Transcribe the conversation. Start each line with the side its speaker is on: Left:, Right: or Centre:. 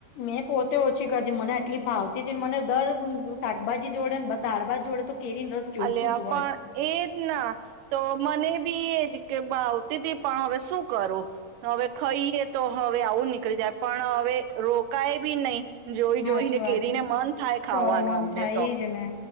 Left: મેં પોતે ઓછી કર મને આટલી ભાવતી થી મને દર શાકભાજી જોડે ને દાળ ભાત જોડે તો કેરીને રસ
Right: અલ્યા
Left: જોઈતું
Right: પણ
Left: જ હોય
Right: એજ ના, તો મને બી એજ. કે ભાવ તી હતી પણ હવે શું કરું? હવે ખાઈએ તો હવે આવું નીકળી જાય પણ હવે રોકાય બી નહીં. જોઈ
Left: સાચી
Right: જોઈને કેરીને
Left: વાત હે
Right: મન થાય ખાવાનું
Left: તો મન
Right: અમને
Left: થાય
Right: તો,
Left: એજ ને